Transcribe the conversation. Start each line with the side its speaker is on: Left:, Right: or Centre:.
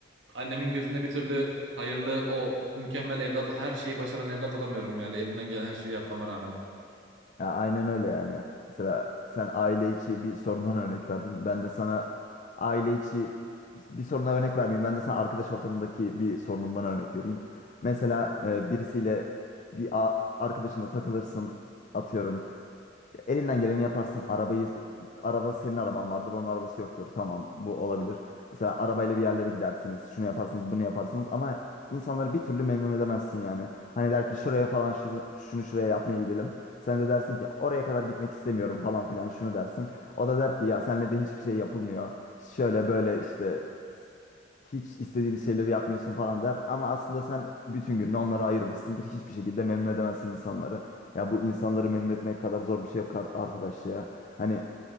Right: annemin gözünde bir türlü Hayırlı o mükemmel evlat, her şeyi başaran evlat olamıyorum yani elimden gelen her şeyi yapmama rağmen.
Left: Ya aynen öyle yani. Mesela sen aile içi bir sorundan örnek verdin. Ben de sana aile içi bir soruna örnek vermeyeyim. Ben de sana arkadaş ortamındaki bir sorunumdan örnek vereyim. Mesela e, birisiyle bir a- arkadaşınla takılırsın atıyorum. Ya Elinden geleni yaparsın. Arabayı araba senin araban vardır, onun arabası yoktur. Tamam, bu olabilir. Mesela arabayla bir yerlere gidersiniz. Şunu yaparsınız, bunu yaparsınız ama insanları bir türlü memnun edemezsin yani. Hani der ki şuraya falan şunu, şunu şuraya yapmaya gidelim. Sen de dersin ki oraya kadar gitmek istemiyorum falan filan şunu dersin. O da der ki ya senle de hiçbir şey yapılmıyor. Şöyle böyle işte hiç istediğimiz şeyleri yapmıyorsun falan der. Ama aslında sen bütün gününü onlara ayırmışsındır. Hiçbir şekilde memnun edemezsin insanları. Ya bu insanları memnun etmek kadar zor bir şey yok ar- arkadaş ya. Hani